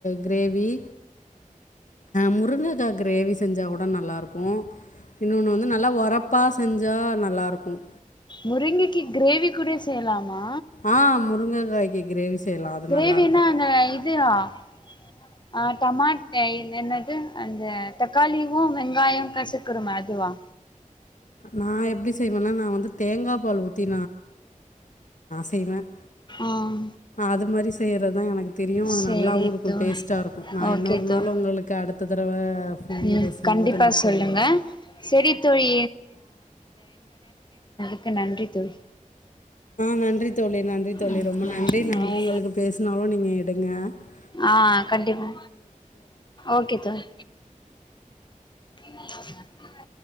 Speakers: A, on the left (about 65°); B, on the left (about 35°).
A: கிரேவி முருங்கைகாய் கிரேவி செஞ்சா கூட நல்லா இருக்கும் இன்னொன்னு வந்து நல்லா உர அப்பா செஞ்சா நல்லாயிருக்கும்
B: முருங்கைக்காயில் கிரேவி கூட செய்யலாமா
A: ஆ முருங்கைக்காய்க்கு கிரேவி செய்யலாம் அது
B: கிரேவினா
A: நல்லாருக்கும்.
B: அந்த இது <unintelligible> என்னது அந்த தக்காளியும் வெங்காயம் அமைப்பதும் அதுவா
A: நான் எப்படி செய்வேன்னா தேங்காய் பால் ஊத்தி செய்வேன்
B: ஆம்
A: அது மாதிரி செய்யறதுதான் எனக்கு தெரியும் அது
B: சேரி
A: நல்லாவும் இருக்கும்
B: தோழி
A: டேஸ்ட்டா இருக்கும் நான்
B: ஓகே
A: இன்னொரு
B: தோழி
A: நாள் உங்களுக்கு போன்
B: ம்
A: பேசும்போது
B: கண்டிப்பா
A: நான்
B: சொல்லுங்க
A: சொல்றேன்
B: செரி தோழி மிக்க நன்றி தோழி
A: நன்றி தோழி நன்றி தோழி
B: ம்
A: ரொம்ப நன்றி நான்
B: ம்
A: உங்களுக்கு பேசினாலும் நீங்கள் எடுங்க
B: ஆ கண்டிப்பா ஓகே தோழி <inaudible>